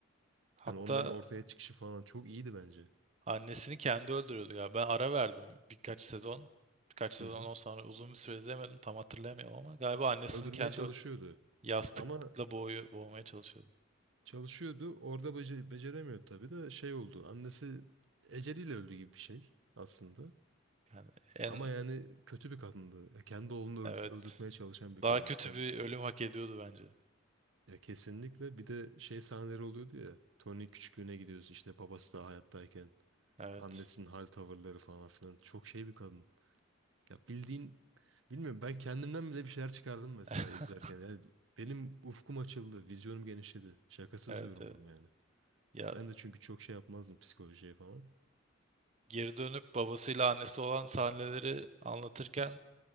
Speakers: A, on the right; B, on the right.
A: Hatta
B: Hani onların ortaya çıkışı falan çok iyiydi bence.
A: annesini kendi öldürüyordu ya. Ben ara verdim birkaç sezon. Birkaç sezon
B: Hı hı.
A: ondan sonra uzun bir süre izlemedim. Tam hatırlayamıyorum ama galiba annesini
B: Öldürmeye
A: kendi
B: çalışıyordu.
A: Yastıkla
B: Ama
A: boğuyor, boğmaya çalışıyordu.
B: Çalışıyordu. Orada bece beceremiyordu tabii de şey oldu. Annesi eceliyle öldü gibi bir şey aslında.
A: Yani en
B: Ama yani kötü bir kadındı. Ya kendi oğlunu öld-
A: evet
B: öldürtmeye çalışan bir
A: daha
B: kadındı.
A: kötü
B: Sen
A: bir ölüm hak ediyordu bence.
B: ya kesinlikle bir de şey sahneleri oluyordu ya. Tony küçüklüğüne gidiyoruz işte babası da hayattayken.
A: Evet.
B: Annesinin hal tavırları falan filan. Çok şey bir kadın. Ya bildiğin bilmiyorum ben kendimden bile bir şeyler çıkardım mesela
A: <laughs>
B: izlerken. Yani benim ufkum açıldı, vizyonum genişledi. Şakasız
A: Evet,
B: diyorum
A: evet.
B: bunu yani.
A: Ya
B: Ben de çünkü çok şey yapmazdım psikolojiye falan.
A: geri dönüp babasıyla annesi olan sahneleri anlatırken